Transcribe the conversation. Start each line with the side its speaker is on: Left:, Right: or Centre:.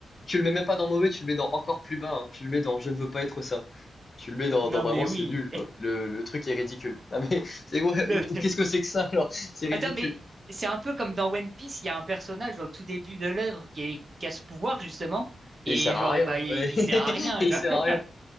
Left: Tu le mets même pas dans mauvais, tu le mets dans encore plus bas. hein. Tu le mets dans je ne veux pas être ça. Tu le mets dans,
Right: Non,
Left: dans vraiment
Right: mais oui.
Left: c'est nul quoi. Le, le truc est ridicule. Non mais <laughs> c'est ouais,
Right: <laughs>
Left: ou, ou qu'est-ce que c'est que ça alors? <laughs> C'est ridicule.
Right: Attends, mais c'est un peu comme dans One Piece, il y a un personnage au tout début de l'œuvre qui, est- qui a ce pouvoir, justement, et
Left: Et il sert à
Right: genre,
Left: rien.
Right: bah, il, il
Left: ouais. <laughs>
Right: sert à rien,
Left: Il
Right: genre,
Left: sert
Right: <laughs>
Left: à rien.